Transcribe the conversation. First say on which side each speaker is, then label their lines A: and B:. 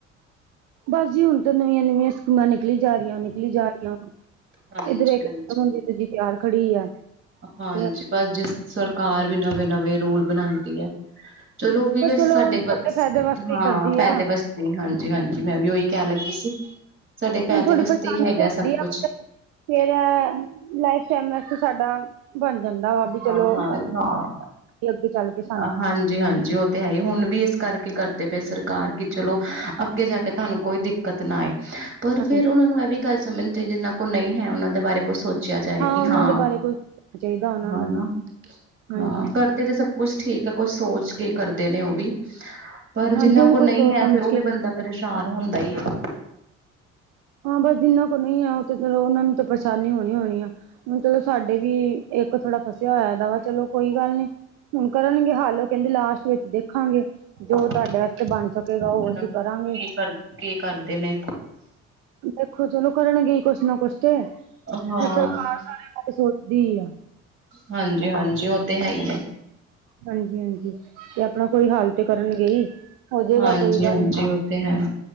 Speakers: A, on the right (about 55°); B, on the right (about 30°).
A: ਬਸ ਜੀ ਹੁਣ ਤੇ ਨਵੀਆਂ-ਨਵੀਆਂ ਸਕੀਮਾਂ ਨਿਕਲੀ ਜਾ ਰਈਆਂ, ਨਿਕਲੀ ਜਾ ਰਈਆਂ,
B: ਹਾਂਜੀ
A: ਇੱਧਰ ਇੱਕ
B: ਹਾਂਜੀ
A: ਖਤਮ ਹੁੰਦੀ ਦੂਜੀ ਤਿਆਰ ਖੜੀ ਆ।
B: ਹਾਂਜੀ,
A: ਤੇ
B: ਬਸ ਜਿਸ ਸਰਕਾਰ ਵੀ ਨਵੇਂ-ਨਵੇਂ ਰੂਲ ਬਣਾਂਦੀ ਐ। ਚਲੋ ਉਹ ਵੀ
A: ਪਰ
B: ਵੈਸੇ
A: ਚਲੋ
B: ਸਾਡੇ
A: ਉਹ ਵੀ
B: ਹਾਂ,
A: ਫਾਇਦੇ ਵਾਸਤੇ ਹੀ ਕਰਦੀ
B: ਫਾਇਦੇ
A: ਆ
B: ਵਾਸਤੇ ਹਾਂਜੀ-ਹਾਂਜੀ, ਮੈਂ ਵੀ ਓਹੀ ਕਹਿਣ ਲੱਗੀ ਸੀ। ਸਾਡੇ ਫਾਯਦੇ
A: ਚਲ ਥੋੜੀ
B: ਵਾਸਤੇ
A: ਪਰੇਸ਼ਾਨੀ
B: ਈ ਹੈਗਾ
A: ਤੇ ਹੁੰਦੀ
B: ਸਭ ਕੁਛ।
A: ਆ ਫੇਰ ਇਹ ਲਾਈਫ ਟਾਈਮ ਵਾਸਤੇ ਸਾਡਾ ਬਣ ਜਾਂਦਾ। ਵਾ ਵੀ
B: ਹਾਂ-ਹਾਂ,
A: ਚਲੋ
B: ਨਾ,
A: ਅੱਗੇ ਚੱਲ ਕੇ ਸਾਨੂੰ
B: ਅ ਹਾਂਜੀ-ਹਾਂਜੀ ਉਹ ਤੇ ਹੈ ਈ, ਹੁਣ ਵੀ ਇਸ ਕਰਕੇ ਕਰਦੇ ਪਏ ਸਰਕਾਰ ਕਿ ਚਲੋ ਅੱਗੇ ਜਾ ਕੇ ਤੁਆਨੂੰ ਕੋਈ ਦਿੱਕਤ ਨਾ ਆਏ। ਪਰ
A: ਹਾਂਜੀ
B: ਫਿਰ ਉਹਨਾਂ ਨੂੰ ਇਹ ਵੀ ਗੱਲ ਸਮਝਨੀ ਚਾਈਦੀ ਜਿਨਾਂ ਕੋਲ ਨਈ ਹੈ ਉਹਨਾਂ ਦੇ ਬਾਰੇ ਕੁੱਛ ਸੋਚਿਆ ਜਾਏ
A: ਹਾਂ
B: ਕਿ
A: ਉਹਨਾਂ
B: ਹਾ
A: ਦੇ ਬਾਰੇ ਕੁਛ ਚਾਹੀਦਾ ਉਹਨਾਂ
B: ਹੈਨਾ,
A: ਨੂੰ ਹਾਂਜੀ
B: ਹਾਂ ਕਰਦੇ ਤੇ ਸਭ ਕੁਛ ਠੀਕ ਐ ਕੁਛ ਸੋਚ ਕੇ ਈ ਕਰਦੇ ਨੇ ਉਹ ਵੀ। ਪਰ
A: ਹਾਂਜੀ
B: ਜਿਹਨਾਂ
A: ਉਹ ਵੀ
B: ਕੋਲ,
A: ਕੁਛ
B: ਨਹੀ
A: ਸੋਚ
B: ਹੈ
A: ਸਮਝ
B: ਫਿਰ ਉਹ
A: ਕੇ
B: ਵੀ ਬੰਦਾ ਪਰੇਸ਼ਾਨ ਹੁੰਦਾ ਈ ਏ
A: ਹਾਂ ਬਸ ਜਿੰਨਾਂ ਕੋਲ ਨਹੀਂ ਹੈ, ਉਹ ਤੇ ਚਲੋ ਉਹਨਾਂ ਨੂੰ ਤਾਂ ਪਰੇਸ਼ਾਨੀ ਹੋਣੀ ਹੋਣੀ ਆ, ਹੁਣ ਚਲੋ ਸਾਡੇ ਵੀ, ਇੱਕ ਥੋੜਾ ਫਸਿਆ ਹੋਇਆ, ਦਾ ਵਾ, ਚਲੋ ਕੋਈ ਗੱਲ ਨਈ, ਹੁਣ ਕਰਨਗੇ ਹੱਲ ਉਹ ਕਹਿੰਦੇ ਲਾਸਟ ਵਿੱਚ, ਦੇਖਾਂਗੇ। ਜੋ
B: ਹਾਂਜੀ
A: ਤੁਹਾਡੇ ਵਾਸਤੇ, ਬਣ ਸਕੇਗਾ ਉਹ
B: ਹੁਣ
A: ਅਸੀਂ,
B: ਕੀ
A: ਕਰਾਂਗੇ।
B: ਕਰ ਕੀ, ਕਰਦੇ ਨੇ?
A: ਦੇਖੋ ਚਲੋ ਕਰਨ ਗਏ, ਕੁਛ ਨਾ ਕੁਛ ਤੇ ਹ
B: ਹਾਂ
A: ਸਰਕਾਰ ਸਾਰੇ ਬਾਰੇ ਸੋਚਦੀ, ਆ।
B: ਹਾਂਜੀ ਹਾਂਜੀ ਉਹ ਤੇ ਹੈ, ਹੀ ਹੈ।
A: ਹਾਂਜੀ ਹਾਂਜੀ ਤੇ ਆਪਣਾ ਕੋਈ, ਹਾਲ ਤੇ ਕਰਨ ਗੇ ਹੀ, ਹੋ ਜਏਗਾ
B: ਹਾਂਜੀ-ਹਾਂਜੀ
A: ਕੋਈ ਗੱਲ ਨੀ
B: ਉਹ ਤੇ ਹੈ